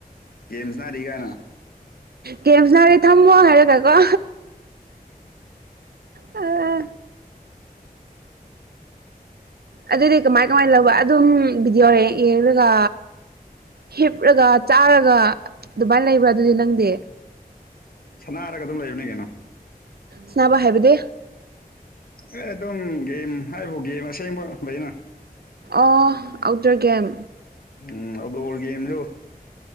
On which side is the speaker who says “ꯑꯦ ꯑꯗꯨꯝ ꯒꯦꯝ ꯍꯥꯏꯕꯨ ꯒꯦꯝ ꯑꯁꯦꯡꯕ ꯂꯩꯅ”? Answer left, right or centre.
Left